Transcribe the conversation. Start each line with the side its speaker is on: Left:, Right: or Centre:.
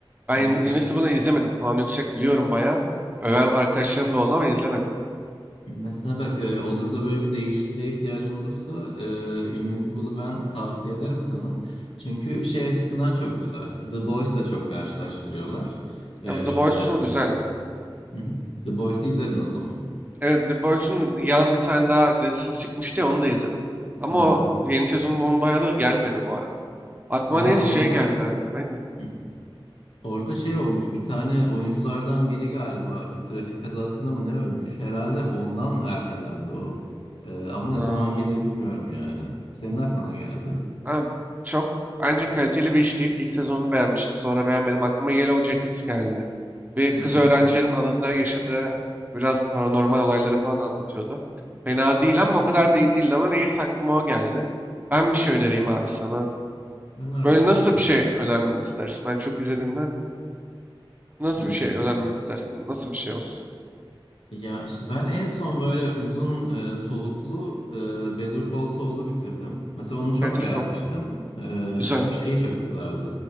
Right: Ben
Left: Hı
Right: In-
Left: hı.
Right: Invincible'ı izlemedim. Puanı yüksek biliyorum bayağı. Öven arkadaşlarım da oldu ama izlemedim.
Left: Mesela bak e, olur da böyle bir değişikliğe ihtiyacın olursa e, Invincible'ı ben tavsiye ederim sana. Çünkü şey açısından çok güzel. The Boys'la çok karşılaştırıyorlar. E,
Right: Yani
Left: hı
Right: The Boys'un güzeldi tabii.
Left: hı. The Boys'u izledin o zaman.
Right: Evet, The Boys'un yan bir tane daha dizisi çıkmıştı ya onu da izledim. Ama
Left: Hı hı.
Right: o yeni sezonun onun bayağıdır gelmedi bu arada. Aklıma
Left: Ya
Right: ne şey
Left: orada
Right: geldi. Aynen.
Left: Hı. orada şey olmuş bir tane oyunculardan biri galiba bir trafik kazasında mı ne ölmüş? Herhalde ondan ertelendi o. Ee, ama ne zaman
Right: Aa,
Left: gelir bilmiyorum yani. Senin aklına geldi.
Right: ha, çok bence kaliteli bir iş değil. İlk sezonunu beğenmiştim. Sonra beğenmedim. Aklıma Yellow Jackets geldi. Bir kız
Left: Hı hı.
Right: öğrencilerin adada yaşadığı biraz paranormal olayları falan anlatıyordu. Fena değil ama o kadar da iyi değildi ama neyse aklıma o geldi. Ben bir şey
Left: Hı
Right: önereyim
Left: hı.
Right: abi sana.
Left: Öner
Right: Böyle
Left: bakalım.
Right: nasıl bir şey önermemi istersin? Ben çok izlediğimden Nasıl
Left: Hı.
Right: bir şey önermemi istersin? Nasıl bir şey olsun?
Left: Ya işte ben en son böyle uzun e, soluklu e, Better Call Saul'u bitirdim. Mesela onu çok
Right: Better
Left: beğenmiştim.
Right: Call.
Left: E,
Right: Güzel.
Left: çünkü şey çok güzeldi.